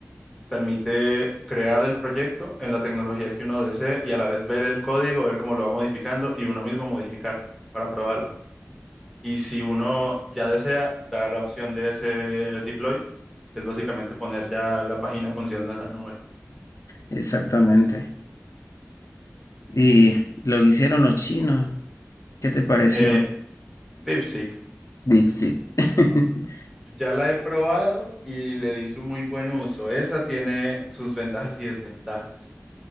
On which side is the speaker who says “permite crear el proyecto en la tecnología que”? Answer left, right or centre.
Centre